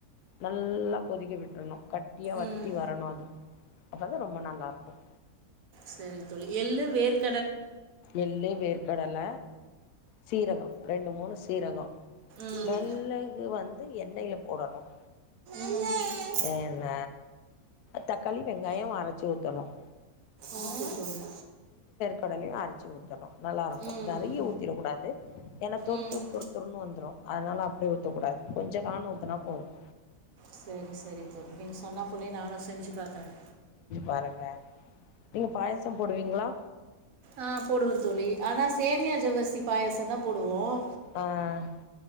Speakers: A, on the left; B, on the right.
A: நல்லா கொதிக்கி விட்டுணும் கட்டியா வத்தி
B: ம்
A: வரணும் அது அப்பதான் ரொம்ப நல்லா இருக்கும்
B: செரி தோழி எள்ளு வேற்க
A: எள்ளு வேர் கடல்ல சீரகம் ரெண்டு மூணு சீரகம்
B: ம்
A: மெல்ளகு வந்து வந்து எண்ணெயில போடணும்
B: ம்
A: எண்ண தக்காளி வெங்காயம் அரைச்சு ஊத்தணும்
B: <unintelligible> தோழி
A: கடலையும் அரைச்சு ஊத்தணும் நல்லா இருக்கும்
B: ம்
A: நெறைய ஊத் த்திடக்கூடாது ஏன்னா தொரு
B: ம்
A: துரு துருன்னு வந்துரும் அதனால அப்படி ஊத்தக்கூடாது கொஞ்சம் காணு ஊத்துனா போதும்
B: செரி செரி தோழி நீங்க சொன்னப்போலையே நானும் செஞ்சு பாக்குறேன்
A: வரங்க நீங்க பாயசம் போடுவீங்களா
B: ஆஹ் போடுவேன் தோழி ஆனா சேமியா ஜவ்வர்சி பாயசம் தான் போடுவோம்
A: ஆஹ்